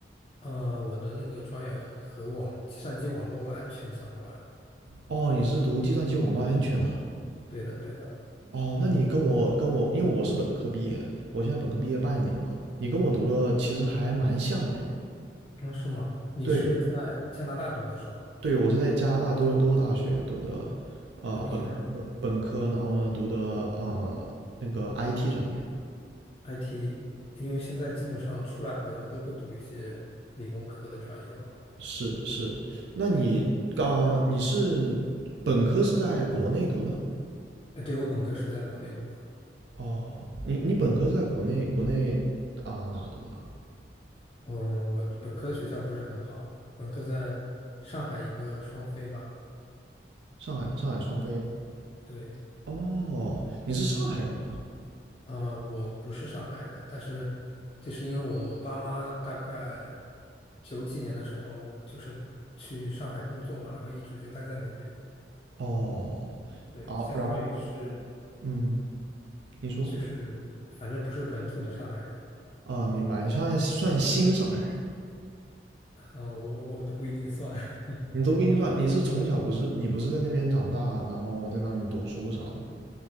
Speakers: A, on the left (about 30°); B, on the right (about 70°).
A: 呃，我的那个专业和网计算机网络安全相关，
B: 哦，你是读计算机网络安全的。
A: 对的，对的，
B: 哦，那你跟我跟我，因为我是本科毕业，我现在本科毕业半年嘛，你跟我读了其实还蛮像的。
A: 嗯，是吗？你是在加拿大读的是吗？
B: 对，对，我是在加拿大多伦多大学读的，呃，
A: 那厉害啊
B: 本科本科，然后呢读的啊那个 IT 专业。
A: IT，因为现在基本上出来好像都会读一些理工科的专业嘛。
B: 是是，那你刚、呃你是本科是在国内读的？
A: 哎，对，我本科是在国内读的，
B: 哦，你你本科是在国内国内啊、哪读的啊
A: 嗯，我本科的学校不是很好，本科在上海一个双非吧。
B: 上海上海双飞。
A: 对，
B: 哦，你是上海人吗？
A: 啊、我不是上海人，但是就是因为我我爸妈大概九几年的时候就是去上海工作嘛，然后一直就待在那边。
B: 哦，
A: 对，
B: 哦，
A: 相当于是
B: 然后嗯，你说
A: 就是反正不是本土的上海人，
B: 啊，明白。你算算新上海人，
A: 嗯、我我都不一定算。<laughs>
B: 你都不一定算。你是从小不是你不是在那边长大，然后在那里读书啥的吗？